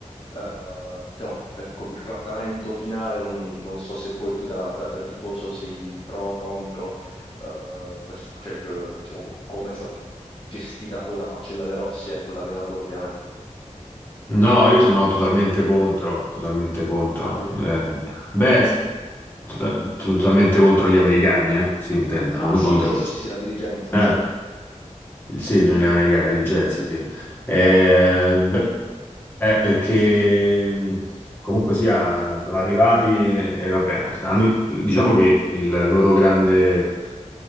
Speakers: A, on the left; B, on the left.
A: eh, diciamo, per co- il trattamento finale, non, non so se poi tu da, da- da tifoso sei pro o contro, eh, questo, cioè, eh, diciamo, co- come è stata gestita poi la faccenda De Rossi, ecco, da allenatore ovviamente.
B: No, io sono totalmente contro, totalmente contro.
A: Ah, vedi.
B: Eh, beh, to- totalmente contro gli americani, eh, si intenda,
A: Ah,
B: non,
A: sì,
B: non De
A: sì,
B: Rossi.
A: sì, sì, sì, la dirigenza,
B: Eh,
A: sì,
B: sì, gli americani, la dirigenza, sì. Eh, beh, Eh, perché mh, comunque sia, sono arrivati e vabbè, hanno- diciamo che il loro grande